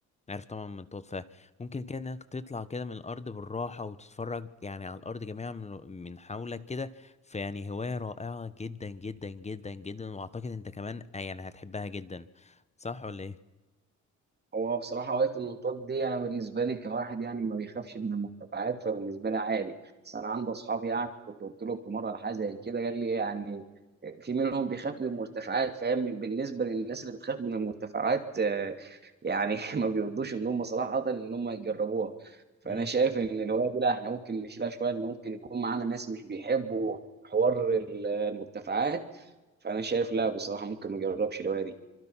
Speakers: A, on the left (about 20°); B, on the right (about 35°).
A: عارف طبعا من طوط فممكن كده انك تطلع كده من الارض بالراحه وتتفرج يعني على الارض جميعا من من حولك كده فيعني هوايه رائعه جدا جدا جدا جدا واعتقد انت كمان آه، يعني هتحبها جدا صح ولا ايه
B: هو بصراحة وقت المنطاد دي أنا بالنسبة لي كواحد يعني ما بيخافش من المرتفعات فبالنسبة لي عادي، بس أنا عندي أصحابي يعني كنت قلت لهم في مرة على حاجة زي كده قال لي يعني في منهم بيخاف من المرتفعات فاهم بالنسبة للناس اللي بتخاف من المرتفعات آه، يعني <laughs> ما بيرضوش إن هم صراحة إن هم يجربوها، فأنا
A: امم
B: شايف إن الهواية دي لا إحنا ممكن نشيلها شوية إن ممكن يكون معانا ناس مش بيحبوا حوار المرتفعات، فأنا شايف لا بصراحة ممكن ما أجربش الهواية دي.